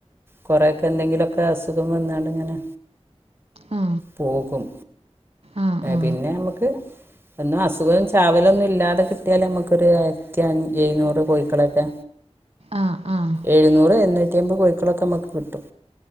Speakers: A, on the right; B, on the right.
A: കൊറെേൊക്കെ എന്തെങ്കിലുമൊക്കെ അസുഖം വന്നാണ്ട് ഇങ്ങനെ
B: ആ
A: പോകും
B: ആ ആ
A: പിന്നെ നമുക്ക് ഒന്നും അസുഖം ചാവലൊന്നും ഇല്ലാതെ കിട്ടി കട്ടിയല് നമുക്ക്ൊ ആയിരത്തി അ എഴുന്നൂറ് കൊയിക്കളക്കെ
B: ആഹ് ആഹ്
A: എയ്ന്നൂർ എയ്ന്നൂറ്റി അബത് കോഴിക്കോളൊക്കെ നമക് കിട്ടും.